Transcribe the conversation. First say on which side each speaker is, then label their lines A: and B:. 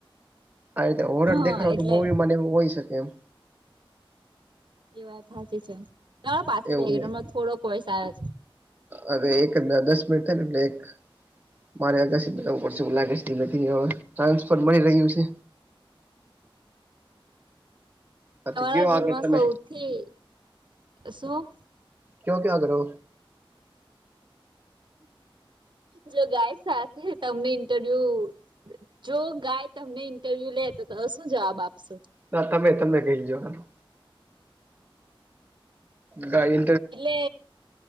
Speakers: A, on the right; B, on the right.
A: હ હોર
B: હા
A: દેખાડો
B: એટલે
A: તો મૂવી મને હોય શકે એમ.
B: એ વાત સાચી છે, તમારો પાછળ
A: એવું
B: વેગડમાં
A: નહી
B: થોડો વોઇસ આવે છે
A: હવે એક દસ મિનિટ થાય ને એટલે એક. મારે અવું પડશે હું લાગે નથી ટ્રાન્સફર મળી રહ્યું છે. હા
B: તમારા
A: તો કયો
B: ઘરમાં
A: આગળ તમે
B: સૌથી શું?
A: ક્યો ક્યાં કરો?
B: જો ગાય સાથે તમને ઇન્ટરવ્યુ જો ગાય તમને ઇન્ટરવ્યુ લે તો તો શું જવાબ આપશો.
A: ના તમે તમે કઈ જવાનું ગાય
B: એટલે